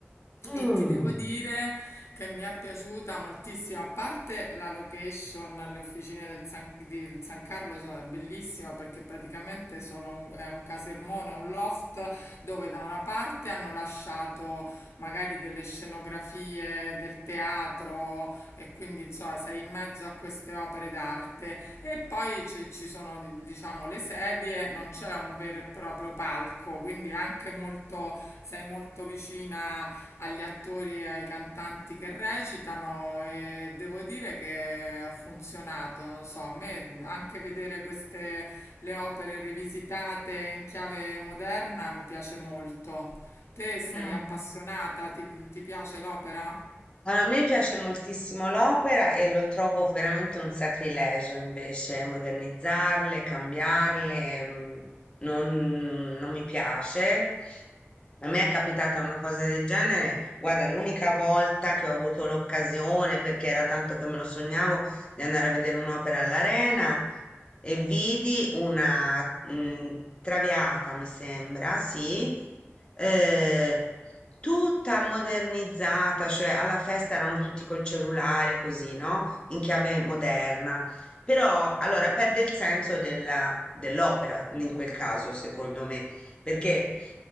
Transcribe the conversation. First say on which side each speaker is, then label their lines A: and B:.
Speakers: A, on the left; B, on the left.
A: mm,
B: e ti devo dire che mi è piaciuta moltissimo, a parte la location, le officine del San, del San Carlo sono bellissime perché praticamente sono un, è un casermone, un loft dove da una parte hanno lasciato magari delle scenografie del teatro, e quindi insomma, sei in mezzo a queste opere d'arte e poi ci, ci sono di- diciamo le sedie, non c'è un vero e proprio palco, quindi è anche molto, sei molto vicina agli attori e ai cantanti che recitano e devo dire che ha funzionato, non so, a me anche vedere queste le opere rivisitate in chiave moderna mi piace molto. Te sei
A: mm.
B: appassionata? Ti, ti piace l'opera?
A: Allora, a me piace moltissimo l'opera e lo trovo veramente un sacrilegio invece modernizzarle, cambiarle, mm, non, non mi piace. A me è capitata una cosa del genere, guarda, l'unica volta che ho avuto l'occasione, perché era tanto che me lo sognavo, di andare a vedere un'opera all'Arena e vidi una mh, Traviata, mi sembra, sì, eh, tutta modernizzata, cioè alla festa erano tutti col cellulare, così, no? In chiave moderna. Però allora perde il senso della- dell'opera in quel caso, secondo me, perché